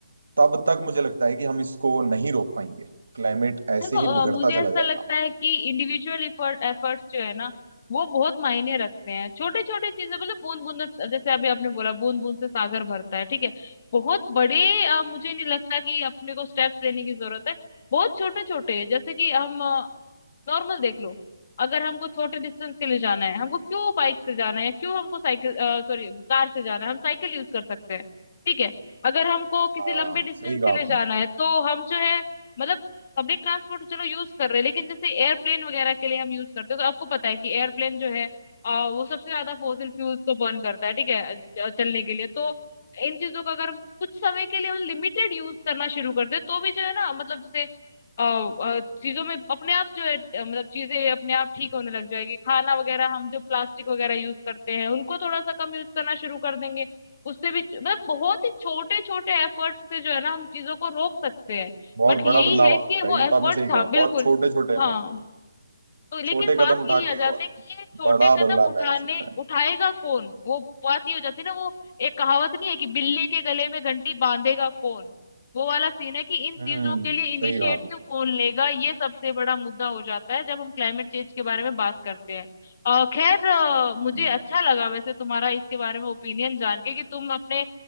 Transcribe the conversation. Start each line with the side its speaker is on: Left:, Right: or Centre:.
Right: तब तक मुझे लगता है कि हम इसको नहीं रोक पाएंगे क्लाइमेट ऐसे
Left: देखो
Right: ही
Left: अ,
Right: बिगड़ता
Left: मुझे
Right: चला
Left: ऐसा
Right: जाएगा
Left: लगता
Right: हमारा
Left: है कि इंडिविजुअल एफर्ट एफर्ट्स जो है ना वो बहुत मायने रखते हैं छोटे छोटे चीजें मतलब बूंद बूंद से- जैसे अभी आपने बोला बूंद बूंद से सागर भरता है ठीक है बहुत बड़े अ, मुझे नहीं लगता कि अपने को स्टेप्स लेने की जरूरत है बहुत छोटे छोटे जैसे कि हम नॉर्मल देख लो अगर हमको छोटे डिस्टेंस के लिए जाना है हमको क्यों बाइक से जाना है क्यों हमको साइकिल सॉरी कार से जाना है हम साइकिल यूज कर सकते हैं ठीक है अगर हमको किसी
Right: हाँ
Left: लंबे डिस्टेंस
Right: सही कहा
Left: के लिए
Right: आपने
Left: जाना है तो हम जो है मतलब पब्लिक ट्रांसपोर्ट चलो यूज कर रहे हैं लेकिन जैसे एयरप्लेन वगैरह के लिए हम यूज करते हैं तो आपको पता है कि एयरप्लेन जो है अ, वो सबसे ज्यादा फॉसिल फ्यूल्स को बर्न करता है ठीक है अ, चलने के लिए तो इन चीजों का अगर हम कुछ समय के लिए लिमिटेड यूज करना शुरू कर दे तो भी जो है ना मतलब जैसे अ, अ, चीजों में अपने आप जो है अ, मतलब चीजें अपने आप ठीक होने लग जाएगी खाना वगैरह हम जो प्लास्टिक वगैरह यूज करते हैं उनको थोड़ा सा कम यूज करना शुरू कर देंगे उससे भी मतलब बहुत ही छोटे छोटे एफर्ट से जो है ना हम चीजों को रोक सकते हैं
Right: बहुत
Left: बट
Right: बड़ा
Left: यही
Right: बदलाव
Left: है
Right: आ
Left: कि
Right: सकता है
Left: वो
Right: ये तो
Left: एफर्ट्स
Right: आपने सही कहा
Left: हाँ बिल्कुल
Right: बहुत छोटे छोटे
Left: हाँ
Right: हाँ
Left: तो लेकिन
Right: छोटे
Left: बात
Right: कदम उठा
Left: यही आ
Right: के
Left: जाती
Right: और
Left: है कि ये छोटे
Right: बड़ा बदलाव
Left: कदम उठाने
Right: लाया जा सकता है
Left: उठाएगा कौन वो बात ये हो जाती है ना वो एक कहावत नहीं है कि बिल्ली के गले में घंटी बांधेगा कौन वो वाला सीन है कि इन चीजों
Right: हम्म
Left: के लिए इनिशिएटिव
Right: सही कहा आपने
Left: कौन लेगा ये सबसे बड़ा मुद्दा हो जाता है जब हम क्लाइमेट चेंज के बारे में बात करते हैं अ, खैर अ, मुझे
Right: हम्म।
Left: अच्छा लगा वैसे तुम्हारा इसके बारे में ओपिनियन जान के कि तुम अपने